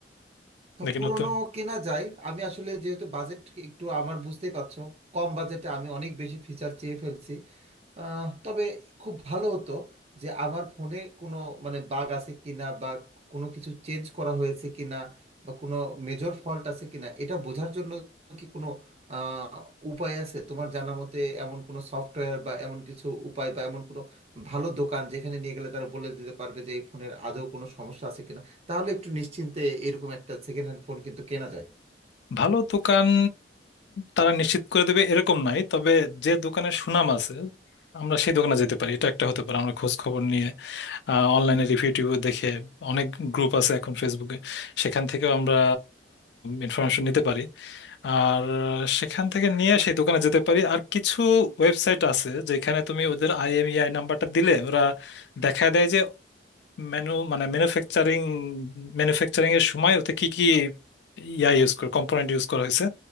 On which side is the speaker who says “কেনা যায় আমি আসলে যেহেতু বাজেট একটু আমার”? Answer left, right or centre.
Right